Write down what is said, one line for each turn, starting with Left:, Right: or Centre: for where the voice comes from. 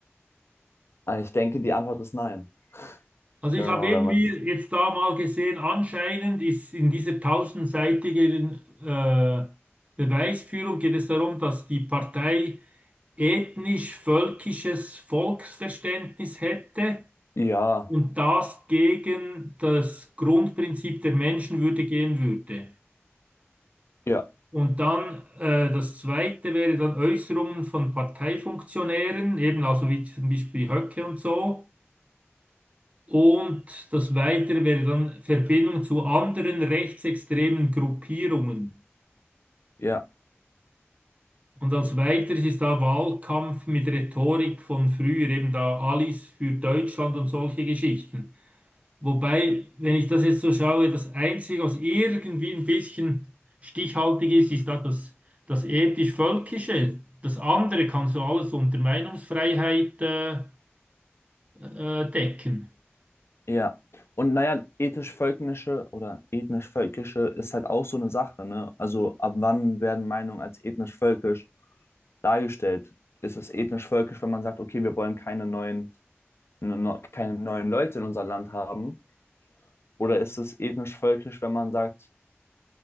Left: Und ich denke, die Antwort ist nein.
Right: Also
Left: Äh,
Right: ich
Left: Wenn
Right: habe irgendwie
Left: man,
Right: jetzt da mal gesehen, anscheinend ist in dieser tausendseitigen äh, Beweisführung geht es darum, dass die Partei ethnisch-völkisches Volksverständnis hätte
Left: ja,
Right: und das gegen das Grundprinzip der Menschenwürde gehen würde.
Left: ja,
Right: Und dann äh, das zweite wäre dann Äußerungen von Parteifunktionären, eben also wie zum Beispiel Höcke und so Und das Weitere wäre dann Verbindung zu anderen rechtsextremen Gruppierungen.
Left: ja.
Right: Und als Weiteres ist da Wahlkampf mit Rhetorik von früher, eben da Alice für Deutschland und solche Geschichten. Wobei, wenn ich das jetzt so schaue, das Einzige, was irgendwie ein bisschen stichhaltig ist, ist da das, das ethisch-völkische. Das andere kannst du alles unter Meinungsfreiheit äh, äh, decken.
Left: Ja, und naja, ethisch-völkische oder ethnisch-völkische ist halt auch so eine Sache, ne? Also ab wann werden Meinungen als ethnisch-völkisch dargestellt? Ist es ethnisch-völkisch, wenn man sagt, okay, wir wollen keine neuen, ne- ne- keine neuen Leute in unser Land haben? Oder ist es ethnisch-völkisch, wenn man sagt,